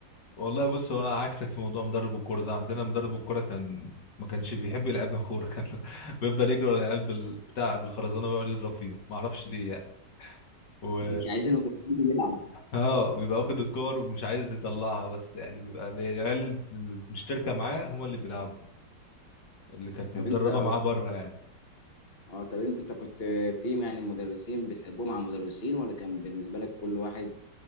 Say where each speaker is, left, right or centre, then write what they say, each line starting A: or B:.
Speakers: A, on the left; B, on the left.
A: والله بص هو انا عكسك في موضوع مدرب الكوره ده عندنا مدرب الكوره كان ما كانش بيحب يلعبنا كوره كان <laughs> بيفضل يجري على العيال بال- بتاع بالخرزانه ويقعد يضرب فيهم ما اعرفش ليه يعني و...
B: مش عايزين مش عايزين نلعب
A: اه بيبقى واخد الكور ومش عايز يطلعها بس يعني بيبقى ال- العيال اللي مشتركه معاه هم اللي بيلعبوا اللي كانت
B: طب
A: متدربه
B: انت
A: معاه بره يعني
B: اه طب انت كنت في يعني المدرسين بتحبهم على المدرسين ولا كان بالنسبه لك كل واحد